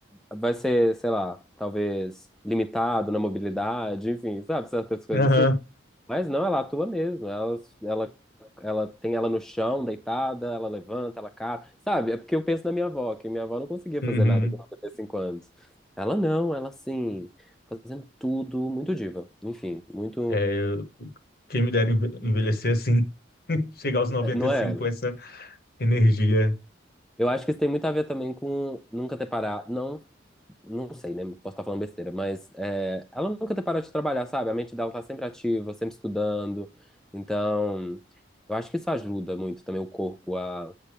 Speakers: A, in the centre; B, on the left (about 50°).
A: vai ser, sei lá, talvez limitado na mobilidade, enfim, sabe, certas coisas
B: <laughs> Aham.
A: assim. Mas não, ela atua mesmo. Ela, ela, ela tem ela no chão, deitada, ela levanta, ela cata, sabe? É porque eu penso na minha avó, que minha avó não conseguia
B: Uhum.
A: fazer nada com 95 anos. Ela não, ela assim, fazendo tudo, muito diva. Enfim, muito,
B: É, quem me dera enve- envelhecer assim, <laughs> chegar aos 95
A: não é?
B: com essa energia.
A: Eu acho que isso tem muito a ver também com nunca ter parado. Não, não sei, né? Posso estar falando besteira, mas é, ela nunca ter parado de trabalhar, sabe? A mente dela tá sempre ativa, sempre estudando. Então, eu acho que isso ajuda muito também o corpo a,